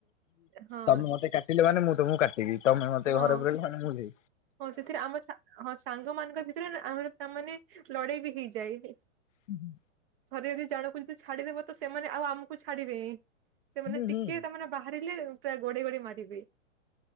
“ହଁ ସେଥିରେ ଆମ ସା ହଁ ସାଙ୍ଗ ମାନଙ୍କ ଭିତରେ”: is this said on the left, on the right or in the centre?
Right